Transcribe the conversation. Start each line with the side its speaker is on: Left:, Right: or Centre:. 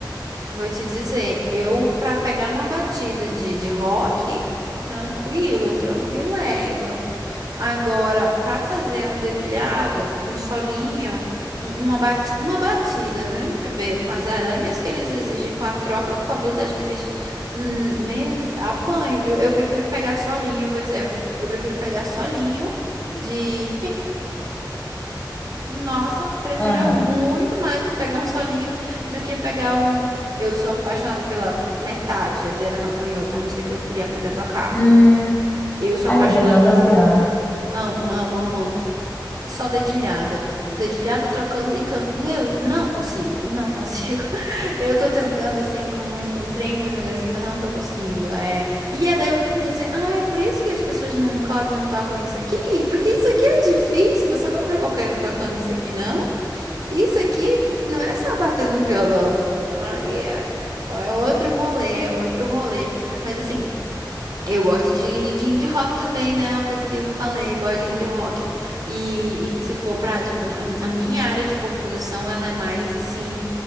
Right: Vou te dizer, eu para pegar uma batida de, de rock, tranquilo, tranquileba. Agora, para fazer um dedilhado, um solinho, um- uma, bati- uma batida no MPB com as aranhas que eles exigem, com a troca, com a velocidade que existe, hum, meio apanho, viu? Eu prefiro pegar solinho, eu vou dizer, eu prefiro pegar solinho de. Nossa, prefiro
Left: Aham.
Right: muito mais pegar um solinho do que pegar um. Eu sou apaixonada pela metade de Adriana Calcanhoto, é a música que eu queria aprender a tocar.
Left: Hum,
Right: Eu sou
Left: ai,
Right: apaixonada
Left: meu Deus, amo
Right: nessa.
Left: a Adriana.
Right: Amo, amo, amo. amo. Só dedilhada. Dedilhada trocando e canto. Meu, não consigo, não consigo. <laughs> Eu tô tentando, assim, com muito com treino devagarzinho, mas não tô conseguindo. É... E aí daí eu fiquei assim, ah, é por isso que as pessoas não, co- não tocam isso aqui? Porque isso aqui é difícil, você não vê qualquer um tocando isso aqui, não. Isso aqui não é só bater no violão. Aí é, ó, é outro rolê, é outro rolê. Mas assim. Eu gosto de, de indie rock também, né? É Uma coisa que eu não falei, gosto de indie rock. E, e que se for pra, tipo, a, a minha área de composição, ela é mais assim,